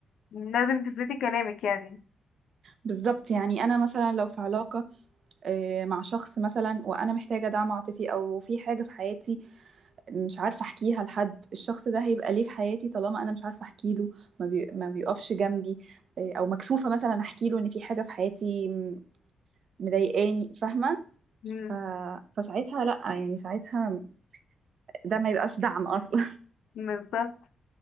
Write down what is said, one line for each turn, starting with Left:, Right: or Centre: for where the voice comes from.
Left: لازم تثبتي كلامك يعني
Right: بالظبط يعني انا مثلا لو في علاقه آه، مع شخص مثلا وانا محتاجه دعم عاطفي او في حاجه في حياتي مش عارفة أحكيها لحد الشخص ده هيبقى ليه في حياتي طالما أنا مش عارفة أحكي له ما, بي... ما بيقفش جنبي آه، أو مكسوفة مثلا أحكي له إن في حاجة في حياتي م- مضايقاني فاهمة
Left: مم،
Right: ف... فساعتها لأ يعني ساعتها ده ما يبقاش دعم أصلا
Left: بالظبط